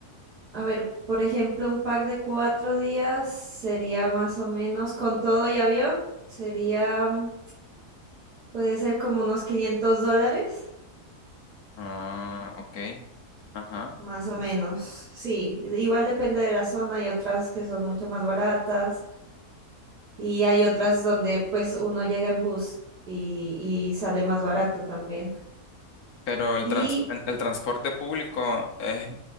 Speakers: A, on the right; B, on the left.
A: a ver, por ejemplo, un pack de cuatro días sería más o menos con todo y avión, sería... mm, Puede ser como unos 500 dólares,
B: Ah, ok. Ajá.
A: más o menos. Sí, igual depende de la zona. Hay otras que son mucho más baratas y hay otras donde pues uno llega en bus y, y sale más barato también.
B: Pero el
A: Y
B: trans- el el transporte público es